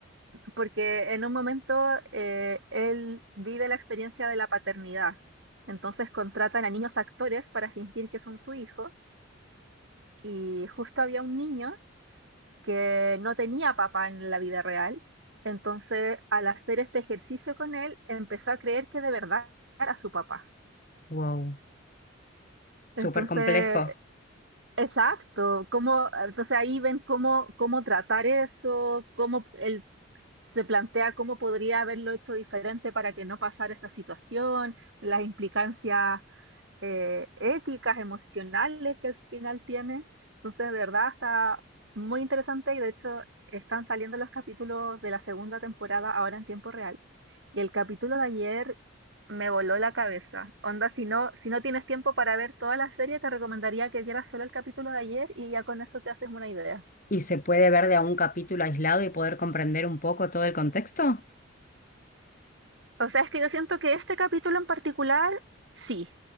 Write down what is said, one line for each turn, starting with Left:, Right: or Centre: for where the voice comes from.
Right: porque en un momento eh, él vive la experiencia de la paternidad. Entonces contratan a niños actores para fingir que son su hijo y justo había un niño que no tenía papá en la vida real. Entonces al hacer este ejercicio con él empezó a creer que de verdad era su papá.
Left: wow,
Right: Entonces,
Left: súper complejo.
Right: exacto, cómo, entonces ahí ven cómo, cómo tratar eso, cómo él se plantea cómo podría haberlo hecho diferente para que no pasara esta situación, las implicancias eh, éticas, emocionales que al final tiene. Entonces, de verdad, está muy interesante y de hecho están saliendo los capítulos de la segunda temporada ahora en tiempo real. Y el capítulo de ayer me voló la cabeza. Onda, si no, si no tienes tiempo para ver toda la serie, te recomendaría que vieras solo el capítulo de ayer y ya con eso te haces una idea.
Left: ¿Y se puede ver de a un capítulo aislado y poder comprender un poco todo el contexto?
Right: O sea, es que yo siento que este capítulo en particular, sí,